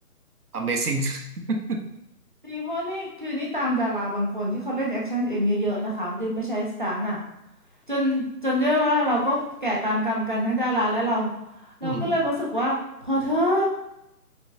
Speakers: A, on the right; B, on the right.
A: Amazing <laughs>
B: จริงเพราะนี่คือนี่ตามดาราบางคนที่เขาเล่นแอคชั่นเองเยอะๆนะคะไม่ได้ไม่ใช้สตันต์อ่ะจนจนด้วยว่าเราก็แก่ตามกรรมกันทั้งดาราและเราเราก็เลยรู้สึกว่าพอเธอะ
A: อืม